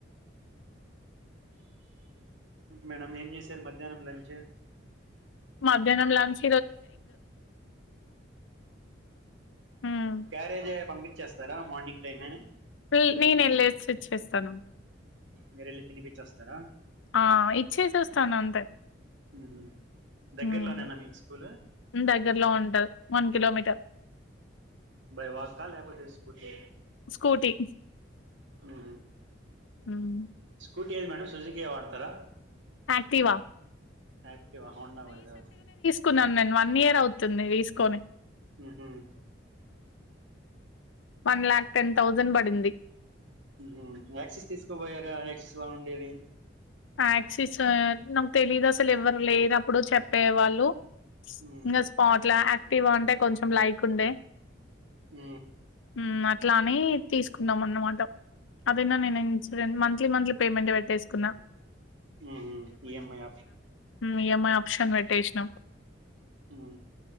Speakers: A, on the right; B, on the left.
A: మేడం ఏం చేసారు మధ్యానం లంచ్
B: మధ్యానం లించ్ హ్మ్.
A: క్యారేజ్ పంపి వచ్చేస్తారా మార్నింగ్ టైం ఎ
B: పై నేనే లేచి చేస్తాను
A: మీరెళ్ళి తినిపించొస్తారా
B: ఆ ఇచ్చేసొస్తాను అంతె
A: ఉహు దగ్గరలోనేనా
B: హ్
A: మీకు స్కూల్
B: దగ్గరలో ఉంటా వన్ కిలోమీటర్
A: బై వాకా లేకపోతే స్కూటీ
B: స్కూటీ
A: హా
B: హ్మ్.
A: స్కూ కేది మేడం సుజుకి ఎ వాడతార
B: ఆక్టివ
A: ఎ ఇవ హోండవాడిదా
B: కున్నాను నేను వన్ ఇయర్ అవుతుంది తీసుకోని
A: ఉహు
B: వన్ లాక్ టెన్ తౌసండ్ పడింది
A: ఆ ఆక్సిస్ తీసుకోపోయారా ఆక్సిస్ బాగుండేది
B: ఆక్సిస్ ఆహ్ నాకు తెలీదు అసలు ఎవరు లేరు అప్పుడు చెప్పేవాళ్ళు
A: ఉమ్
B: ఇంగ స్పాట్లో ఆక్ టివ అంటే కొంచెం లైక్ ఉండే
A: ఊ
B: ఉమ్ అట్లాఅని తీసుకున్నాం అనమాట అదైనా నేను ఇన్సూరె మంత్లీ మంత్లీ పేమెంట్ పెట్టేసుకున్నా
A: ఉహూ ఇఎంఐ ఆప్ష
B: ఉమ్ ఈఎంఐ ఆప్షన్ పెట్టేసినం
A: ఊ